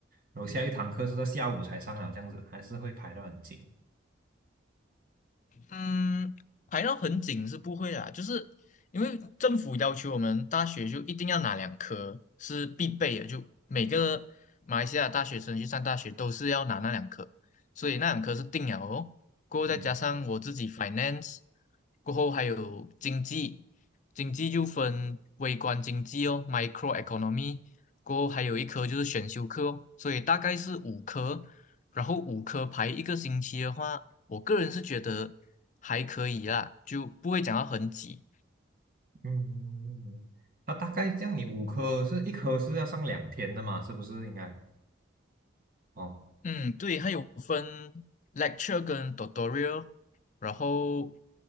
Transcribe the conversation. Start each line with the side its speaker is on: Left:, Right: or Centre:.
Right: 然后下一堂课是在下午才上了，这样子还是会排得很紧。
Left: 嗯，排到很紧是不会啦，就是因为政府要求我们大学就一定要拿两科是必备的，就每个马来西亚大学生去上大学都是要拿那两科，所以那两科是定了哦。过后再加上我自己
Right: 嗯
Left: finance，过后还有经济，经济就分微观经济哦，micro economy，过后还有一科就是选修课哦，所以大概是五科，然后五科排一个星期的话。我个人是觉得还可以啦，就不会讲到很挤。
Right: 嗯，那大概这样，你五科是一科是要上两天的嘛，是不是应该？哦，
Left: 嗯，对，它有分 lecture 跟 tutorial，然后